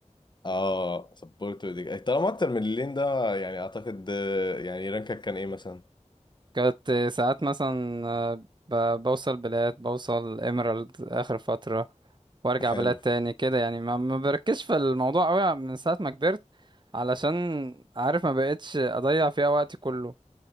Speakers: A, on the left (about 40°); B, on the right (about 40°).
A: اه سبورت دي طالما اكتر من اللين ده يعني اعتقد آه، يعني رانكك كان ايه مثلا
B: كنت ساعات مثلا آه، ب- بوصل بلاد بوصل ايميرالد اخر فترة وارجع
A: حلو
B: بلاد تاني كده يعني ما ما بركزش في الموضوع قوي من ساعة ما كبرت علشان عارف ما بقتش اضيع فيها وقتي كله